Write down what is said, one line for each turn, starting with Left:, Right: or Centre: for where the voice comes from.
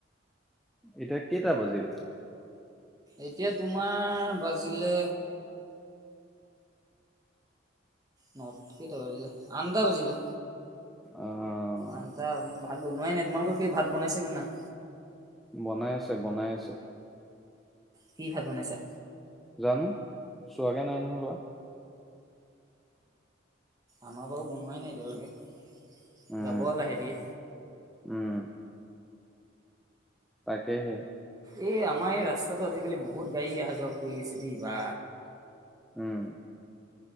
Centre: এতিয়া কেইটা বজিল?
Right: এতিয়া তোমাৰ বাজিলে নত কেইটা বাজিলে? আনটা বাজিলে।
Centre: আহ
Right: আনথটা ভাত বনোৱাই নাই। তোমালোকৰ কি ভাত বনাইছগে নাই?
Centre: বনাই আছে, বনাই আছে।
Right: কি ভাত বনাইছা?
Centre: জানো চোৱাকে নাই নহয় লোৱা।
Right: আমাৰ বাৰু বনোৱাই নাই এতিয়ালৈকে।
Centre: উম
Right: যাব লাহেকে।
Centre: উম তাকেহে।
Right: এই আমাৰ এই ৰাস্তাটো আজিকালি বহুত গাড়ী আহা-যোৱা কৰি আছে দেই বা।
Centre: উম।